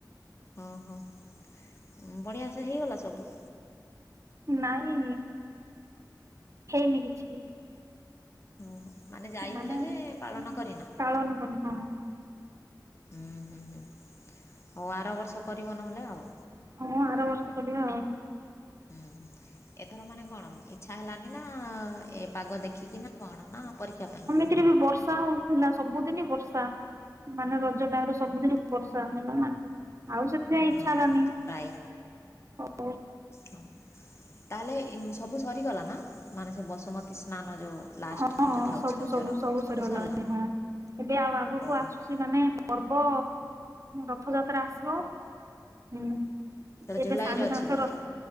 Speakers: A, on the left; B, on the right.
A: ଓହୋ। ଉଁ ବଢ଼ିଆ ସେ ହେଇଗଲା ସବୁ।
B: ନାଇଁ ହେଇନି କିଛି।
A: ଓହୋ ମାନେ ଯାଇଥିଲ
B: ମାନେ ଉଁ
A: ଯେ ପାଳନ
B: ଉଁ
A: କରିନ?
B: ପାଳନ କରିନି। <unintelligible>
A: ହୁଁ ହୁଁ ହୁଁ ହଉ ଆର ବର୍ଷ କରିବ ନହେଲେ ଆଉ।
B: ହଁ ଆର ବର୍ଷ କରିବା ଆଉ।
A: ହୁଁ ହୁଁ। ଏଥର ମାନେ କଣ ଇଛା ହେଲାନି ନା ଏ ପାଗ ଦେଖିକି ନା କଣ ନା ପରୀକ୍ଷା ପାଇଁ?
B: ଏଥିରେ ବି ବର୍ଷା ହଉଥିଲା ସବୁଦିନ ବର୍ଷା। ମାନେ ରଜ ଟାଇମରେ ସବୁଦିନ ବର୍ଷା ହେଲା ନା ଆଉ ସେଥିପାଇଁ
A: ହୁଁ
B: ଇଚ୍ଛା ହେଲାନି।
A: ପ୍ରାୟ
B: ହଉ
A: ହ ତାହେଲେ ସବୁ ସରିଗଲା ନା ମାନେ ସେ ବସୁମତୀ ସ୍ନାନ ଯୋଉ? ଲାଷ୍ଟ
B: ହଁ ହଁ
A: ଯୋଉ ଥାଉଛି
B: ସବୁ
A: ରଜର
B: ସବୁ ସବୁ ସରିଗଲାଣି
A: ସରିଲା?
B: ହଁ ଏବେ ଆଉ ଆଗକୁ
A: ଓହୋ
B: ଆସୁଛି ମାନେ ପର୍ବ ରଥଯାତ୍ରା ଆସିବ। ହୁଁ
A: ସେଇଟା
B: ଏବେ
A: ଜୁଲାଇରେ
B: ସାଙ୍ଗେ
A: ଅଛି
B: ସାଙ୍ଗେ
A: ବୋଧେ
B: ତ ରଥ